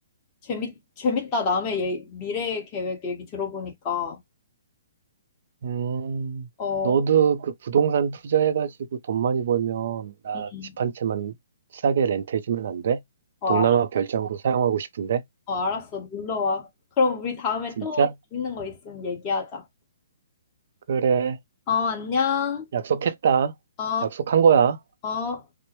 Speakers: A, on the left; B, on the right.
A: 재밌, 재밌다. 남의 예, 미래 계획 얘기 들어보니까.
B: 음,
A: 어,
B: 너도 그 부동산 투자해가지고 돈 많이 벌면 나
A: 음, 음.
B: 집 한 채만 싸게 렌트해주면 안 돼?
A: 어,
B: 동남아
A: 알-
B: 별장으로 사용하고 싶은데.
A: 어, 알았어. 놀러 와. 그럼 우리 다음에
B: 진짜?
A: 또 재밌는 거 있으면 얘기하자.
B: 그래.
A: 어, 안녕.
B: 약속했다.
A: 어,
B: 약속한 거야.
A: 어.